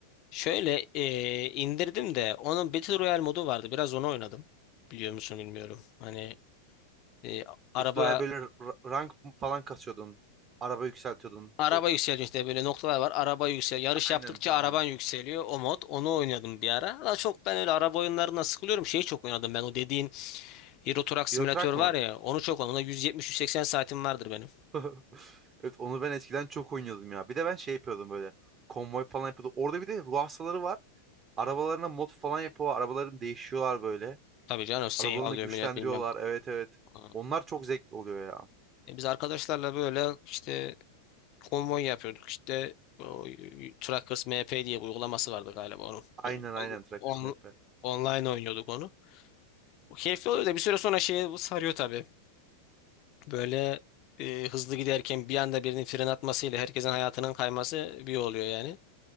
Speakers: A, on the left (about 40°); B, on the right (about 25°).
A: şöyle e, indirdim de onun Battle Royale modu vardı. Biraz onu oynadım. Biliyor musun bilmiyorum. Hani e, araba
B: Eti oraya böyle r- rank falan kasıyordun. Araba yükseltiyordun
A: araba
B: gold kasıp.
A: yükseliyor işte böyle noktalar var. Araba yükseliyor. Yarış
B: Aynen
A: yaptıkça
B: tamam.
A: araban yükseliyor. O mod. Onu oynadım bir ara. Ama çok ben öyle araba oyunlarına sıkılıyorum. Şeyi çok oynadım ben o dediğin Euro Truck Simülatör
B: Euro Truck
A: var
B: mı?
A: ya onu çok ona 170-180 saatim vardır benim.
B: <laughs> Evet onu ben eskiden çok oynuyordum ya. Bir de ben şey yapıyordum böyle. Konvoy falan yapıyordum. Orada bir de ruh hastaları var. Arabalarına mod falan yapıyorlar. Arabalarını değişiyorlar böyle.
A: Tabii canım seyir
B: Arabalarını
A: alıyor
B: güçlendiriyorlar.
A: millet bilmem.
B: Evet evet.
A: Aa.
B: Onlar çok zevkli oluyor ya.
A: E biz arkadaşlarla böyle işte konvoy yapıyorduk işte o Truckers MP diye bir uygulaması vardı galiba onun.
B: Aynen
A: Böyle on-
B: aynen Truckers
A: on-
B: Map.
A: online oynuyorduk onu. O keyifli oluyor da bir süre sonra şeye sarıyor tabii. Böyle e, hızlı giderken bir anda birinin fren atmasıyla herkesin hayatının kayması bir oluyor yani.